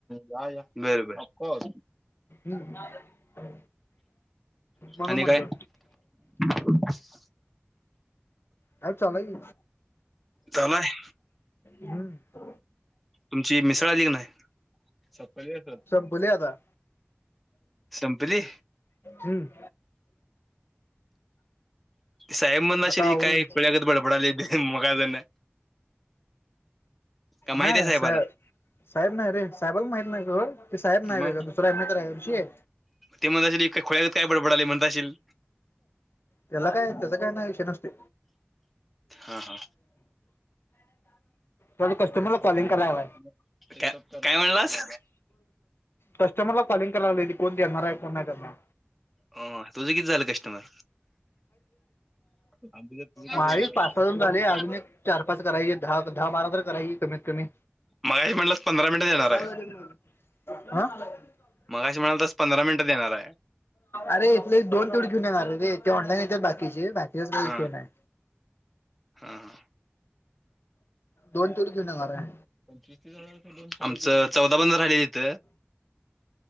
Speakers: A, in the centre; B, on the left.
A: या या. बर बर. ऑफकोर्स.
B: हम्म. म्हणून
A: आणि
B: म्हटलं.
A: काय <inaudible>
B: अरे चालाय की
A: चालू हाय.
B: हम्म
A: तुमची मिसळ आली काय नाय? सपली असल.
B: संपली आता.
A: संपली.
B: हम्म.
A: साहेब म्हण असल
B: आता
A: की
B: आवरून
A: काय खळ्यागत बडबडालीत मगा धरण का माहिती
B: नाही
A: आहे साहेबाला
B: सा साहेब नाही रे. साहेबला माहित नाही सोड. ते साहेब
A: मग
B: नाही ्य तर आहे वर्षी आहे.
A: ते म्हणत असेलय खोळ्यात काय बडबडले म्हण असेल.
B: त्याला काय त्याचा काय नाही विषय नसते.
A: हा हा
B: थड कस्टमरला
A: पैसा
B: कॉलिंग
A: कामाला
B: कराव
A: येतो तुला. काय म्हणलास
B: कस्टमरला कॉलिंग कराय लाली त कोण येणार आहे कोण नाही करणार
A: अ तुझं किती झालं कस्टमर आमच्या
B: माळी
A: तुझं
B: पाच सजून झाली अजून एक चार पाच करायचे. दहा दहा बारा तर करायची कमीत कमी
A: मगाशी म्हणलास पंधरा मिनिटं देणार
B: <unintelligible>
A: आहे मगा अस म्हणाला तसंधरा मिनट देणार आहे
B: अरे इथले दोन तेवटी घेऊन येणार आ रे ते ऑनलाईन येतच बाकीचे बाकीच काही
A: हा
B: फेण आहे.
A: हा हा
B: दोन तूर घेऊ ना म आहे.
A: पंस आमचं चौदा बंद राहिलं इथं